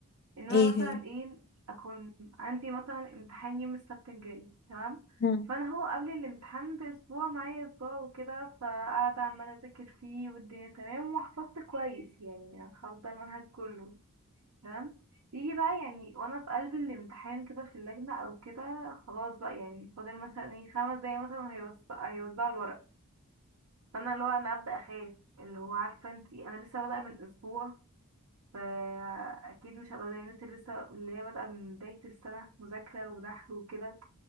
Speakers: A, on the right (about 80°); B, on the left (about 45°).
A: إن أنا
B: ايه
A: مثلا
B: هي
A: ايه أكون عندي مثلا امتحان يوم السبت الجاي تمام
B: مم.
A: فأنا هو قبل الامتحان بأسبوع معايا أسبوع وكده فقاعدة عمالة أذاكر فيه والدنيا تمام وحفظت كويس يعني حافظة المنهج كله تمام يجي بقى يعني وأنا في قلب الامتحان كده في اللجنة أو كده خلاص بقى يعني فاضل مثلا ايه خمس دقايق مثلا وهيوز- هيوزعوا الورق فانا اللي هو انا ابدا اخاف اللي هو عارفه انتي انا لسه بادئه من اسبوع فاكيد مش هبقى زي الناس اللي لسه اللي هي بادئه من بدايه السنه مذاكره ودحر وكده